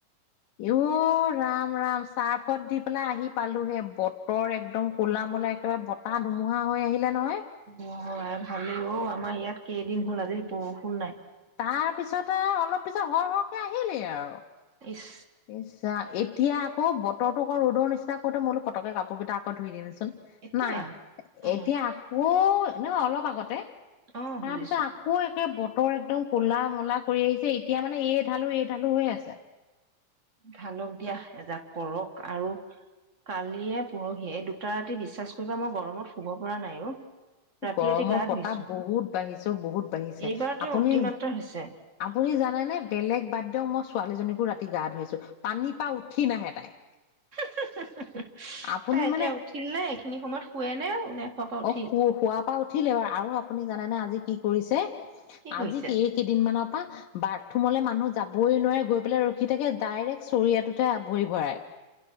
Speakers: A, on the left; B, on the right.
A: ই অ', ৰাম, ৰাম চাৰ্ফত দি পেলাই আহি পালোহে বতৰ একদম কলা মলা একেবাৰে ব তা ধুমুহা হৈ আহিলে নহয়।
B: অ' আই ভালেই অ', আমাৰ ইয়াত কেইদিন হ'ল আজি বৰষুণ নাই।
A: তাৰ পিছত আৰু অলপ পিছত হৰ-হৰকে আহিলেই আৰু।
B: ইচ।
A: ইচ ৰা এতিয়া আকৌ বতৰতো আকৌ ৰ'দৰ নিচিনা কওঁতে মই বোলো পতকে কাপোৰ কেইটা আকৌ ধুই দিম চোন।
B: এতিয়া
A: নাই,
B: অ
A: এতিয়া আকৌ নহয় অলপ আগতে,
B: অ বুজিছো
A: তাৰ পিছত আক আকৌ একে বতৰ একদম ক'লা-মলা কৰি আহিছে, এতিয়া মানে এই ঢালো এই ঢালো হৈ আছে।
B: ঢালক দিয়া এজাক পৰক আৰু। কালিয়ে, পৰহিয়ে এই দুটা ৰাতি বিশ্বাস কৰিবা, মই গৰমত শুব পৰা নাই অ'। ৰাতি
A: গৰমৰ
B: ৰাতি গা
A: প্ৰতাপ
B: ধুইছো
A: বহুত বাঢ়িছে অ বহুত বাঢ়িছে
B: এইবাৰ তেওঁৰ
A: আপুনি
B: অতিমাত্ৰা হৈছে।
A: আপুনি জানে নে, বেলেগ বাদ দিয়ক মই ছোৱালী জনীকো ৰাতি গা ধুৱাইছো পানী পা উঠি নাহে তাই। <inaudible>
B: <unintelligible>
A: আপুনি
B: তাই এতিয়া
A: মানে
B: উঠিল নে, এইখিনি সময়ত শুৱে নে, নে শুৱাৰ পৰা উঠিল
A: অ' শু শুৱাৰ পা উঠিলে আৰু আপুনি জানেনে, আজি কি কৰিছে,
B: কি কৰিছে?
A: আজি সে কেইদিনমান পা, বাথৰুমলৈ মানুহ যাবই নোৱাৰে গৈ পেলাই ৰখি থাকে ডাইৰেক্ট চৰিয়াটো টোৱে আৱৰি বআই।